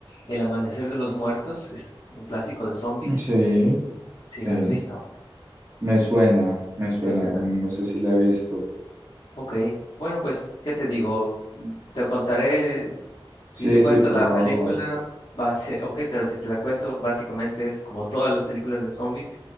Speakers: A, on the left; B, on the right.
A: El Amanecer de los Muertos, es un clásico de zombies,
B: Sí,
A: si
B: sí,
A: la has visto.
B: me suena, me suena,
A: ¿Te suena?
B: no sé si la he visto.
A: Ok. Bueno, pues, ¿qué te digo? Mm, Te contaré, si
B: Sí,
A: te cuento
B: sí, por
A: la
B: favor.
A: película, va a ser, ok, pero si te la cuento, básicamente es como todas las películas de zombies,